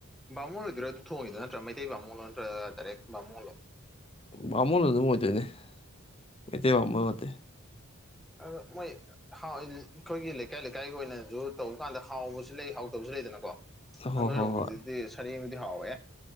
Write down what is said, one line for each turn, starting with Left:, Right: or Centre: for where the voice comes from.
Centre: ꯕꯥꯃꯣꯟ ꯑꯣꯏꯗꯣꯏꯔꯥ ꯑꯗꯨ ꯊꯣꯡꯉꯤꯗꯣ ꯅꯠꯇ꯭ꯔꯥ ꯃꯩꯇꯩ ꯕꯥꯃꯨꯅꯣ ꯅꯠꯇ꯭ꯔꯒ ꯇꯗꯥꯔꯦꯛ ꯕꯥꯃꯨꯜꯂꯣ
Left: ꯋꯥꯃꯣ ꯅ ꯑꯗꯨ ꯃꯇꯅꯦ ꯃꯇꯩ ꯋꯥꯃꯠꯇꯦ
Centre: ꯑ ꯃꯣꯏ ꯑꯩꯈꯣꯏꯒꯤ ꯂꯩꯀꯥꯏ ꯂꯩꯀꯥꯏꯒꯤ ꯑꯣꯏꯅꯁꯨ ꯇꯧꯕ ꯀꯥꯟꯗ ꯍꯥꯎꯕꯁꯨ ꯂꯩ ꯍꯥꯎꯗꯕꯁꯨ ꯑꯗꯨꯩꯗꯅꯀꯣ
Left: ꯍꯣꯏ
Centre: ꯅ ꯅꯣꯏꯔꯣꯡꯁꯤꯗꯤ
Left: ꯍꯣꯏ ꯍꯣꯏ
Centre: ꯁꯔꯦꯡꯕꯨꯗꯤ ꯍꯥꯎꯋꯦ